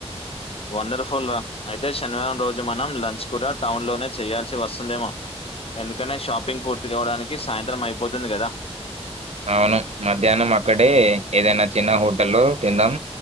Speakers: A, on the left; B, on the right.
A: వండర్ఫుల్ రా అయితే శనివారం రోజు మనం లంచ్ కూడా టౌన్ లోనే చేయాల్సి వస్తుందేమో ఎందుకంటే షాపింగ్ పూర్తి కావడానికి సాయంత్రం అయిపోతుంది గదా
B: అవును మధ్యాహ్నం అక్కడే ఏదైనా చిన్న హోటల్ లో తిందాం